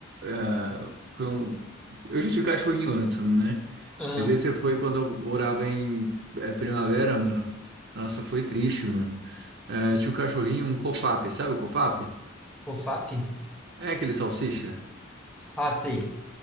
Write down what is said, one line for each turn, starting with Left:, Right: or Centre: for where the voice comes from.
Right: é, foi um. Eu já tive cachorrinho antes, né?
Centre: Aham.
Right: Mas esse foi quando eu morava em é, Primavera, mano. Nossa, foi triste, mano. É, tinha um cachorrinho, um cofap, sabe o cofap?
Centre: O FAP?
Right: É aquele salsicha?
Centre: Ah, sei.